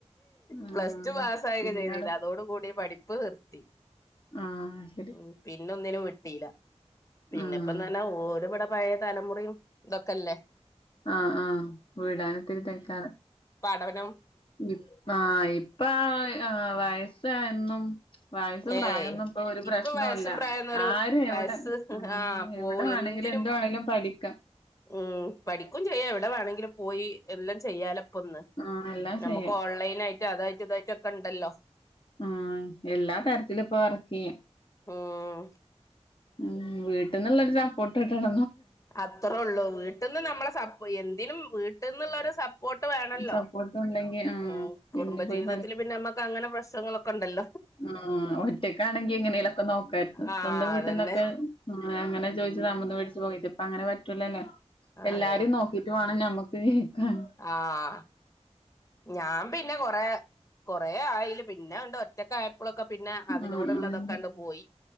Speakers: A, on the left (about 50°); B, on the left (about 30°).
A: ആഹ്
B: പ്ലസ് ടു പാസ് ആായക്കെ
A: പിന്നട്
B: ചെയഴതിന്ന് അതോ കൂടി പഠിപ്പ് നിർത്തി
A: ആഹ് ശരി
B: ഉ പിന്നൊ ഒന്നിനും വെട്ടില്ല പിന്നെപ്പന്തഞ്ഞാ
A: ആഹ്
B: ഓരിവിട പയ തലമുറയും ഇതൊക്കെല്ലേ
A: ആഹ് ആഹ വിീടാനത്തിരി തരക്കാണ്
B: പടവനം
A: ഇ ആ ഇപ്പ ആ വയസ്സ എന്നും വയസ്സ പ്രായമൊന്നും
B: ഏയ്
A: ഇപ്പൊ ഒരു പ്രശ്നല്ല
B: വയസ്സും പ്രായംന്ന് ഒരു
A: ആര
B: വയസ്സ്
A: എവിടെ ഉ
B: ആഹ് പോ
A: എവിടെ വേണ
B: എന്തിനും
A: എന്താണെങ്കിലും പഠിക്കാം
B: ഉം പഠിക്കും ചെയ്യാം എവിടെ വേണമെങ്കിലും പോയി എല്ലാം ചെയ്യാലപ്പൊ ഒന്ന്
A: ആഹ് എല്ലാം
B: നമുക്ക്
A: ചെയ്യാം
B: ഓൺലൈൻ ആായിട്ട് അതായിട്ട് ഇതായിട്ടൊക്കെ ഉണ്ടല്ലോ
A: ഉം എല്ലാ തരത്തിലും ഇപ്പൊ വർക്ക് ചെയ്യ
B: ഉം
A: ഉ വീട്ടിൽന്നുള്ളൊരു സപ്പോർട്ട് കട്ട
B: അത്രേ ഉള്ളൂ വീട്ടിൽന്ന് നമ്മളെ സപ്പോ എന്തിനും വീട്ടിൽന്നുള്ളരു സപ്പോർട്ട് വേണല്ലോ
A: സപ്പോർട്ട് ഉണ്ടെങ്കി ആഹ്
B: ഉം
A: പിന്നെ
B: കുടുംബജീവിതത്തിൽ
A: പോയി
B: പിന്നെ നമ്മുക്ക് അങ്ങനെ പ്രശ്നങ്ങളൊക്കെ ഉണ്ടല്ലോ
A: ആ ഒറ്റക്കാണെങ്കി എങ്ങനെലൊക്കെ നോക്കായിരുന്നു
B: ആഹ്
A: സ്വന്തം വീട്ടിൽന്നൊക്കെ
B: അതന്നെ
A: അങ്ങനെ ചോദിച്ചു
B: ഉം
A: നമന്ന് വിടിച്ചു പോയി് അങ്ങനെ പറ്റൂലല്ലേ
B: അതെ
A: എല്ലാരും നോക്കിട്ട് വേണം ഞമ്മക്ക് ജീവിക്കാൻ
B: ആഹ ഞാൻ പിന്നെ കൊറ കൊറെ ആയല് പിന്നെ ഉണ്ട് ഒറ്റക്ക ആ മക്കളൊക്കെ പിന്നെ അതിനോടുള്ളതൊക്കെണ്ട്
A: ആഹ് ആഹ്
B: പോയി